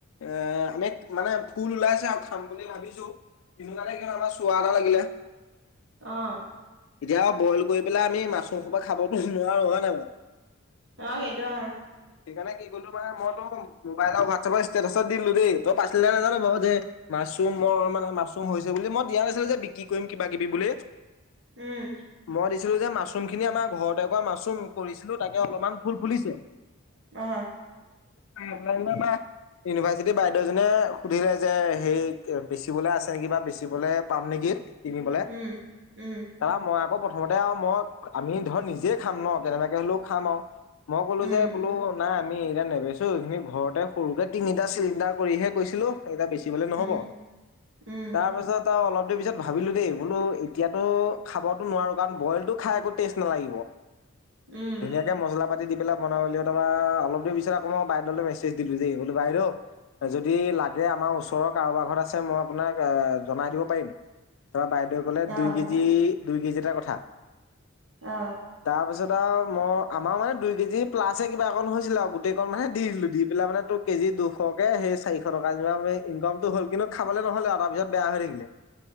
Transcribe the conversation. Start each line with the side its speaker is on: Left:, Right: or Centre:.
Left: এ আমি মানে ফুল ওলাইছে আৰু খাম বুলি ভাবিছো তিনি তাৰিখ আমাৰ চোৱা এটা লাগিলে
Right: অ
Left: এতিয়া বইল কৰি পেলাই আমি মাছৰ খোপা খাবতো নোৱাৰো হয় নাই বাৰু
Right: অ সেইটো অ
Left: সেইকাৰণে কি কলো মানেইো মোবাইলৰ হোৱাটছএপৰ ষ্টেটাছত দিলো দেই তই পাইছিলে নাজানো ব যে মাছৰুমৰ মানে মাছৰুম হৈছে বুলি মই দিয়া নাছিলো যে বিক্ৰী কৰিম কিবা কিবি বুলি
Right: উম
Left: মৰি ছিলো যে মাছৰুম খিনি আমাৰ ঘৰতে একুৱা মাছৰুম কৰিছিলো তাকে অলপমান ফুল ফুলিছে
Right: অ
Left: পাই ন ইউনিভাৰ্চিটিৰ বাইদেউজনে সুধিলে যে সেই বেচিবলৈ আছে নেকি বা বেচিবলৈ পাম নেকি তুমি বোলে
Right: উম উম
Left: দাদা মই আকৌ প্ৰথমতে আৰু মই আমি ধৰ নিজে খাম ন কেনেবাকে হ'লেও খাম আৰু মই ক'লো
Right: উম
Left: যে নাই আমি এইতিয়া নেবেচো এইখিনি ঘৰতে সৰুকে তিনিটা চিলিণ্ডাৰ কৰিহে কৈছিলো এটা বেছি কি বলে নহব
Right: উম উম,
Left: তাৰ পিছত অলপ দেৰি পিছত ভাবিলো দেই বোলো এতিয়াতো খাবতো নোৱাৰো কাৰণ বইলতটো খাই একো টেষ্ট নালাগিব
Right: উম।
Left: ধুনীয়াকে মছলা পাতি দি পেলাই বনাব তা অলপ দেৰি পিছত আকৌই বাইদেউলে মেছেজ দিলো যেল বাইদেউ যদি লাগে আমাৰ ওচৰৰ কাৰোবাৰ ঘৰত আছে মই আপোনাক জনাই দিব পাৰিম তাৰপৰা বাইদেউে কলে
Right: অ',
Left: দুই কেজি
Right: তাৰপা
Left: দুই কেজিাৰ কথা
Right: অ
Left: তাৰপিছত আৰু মই আমাৰ মানে দুই কেজি প্লা আছে কিবা অকন হৈছিলে আৰু গোটেই কন মানে দি দিলো দি পেলাই মানে তোৰ কেজি দুশকে সেই চাৰিশ টকা যেিমান ম ইনকামটো হ'ল কিন্তু খাবলৈ নহ'লে আৰু তাৰপিত বেয়া হৈ থাকিলে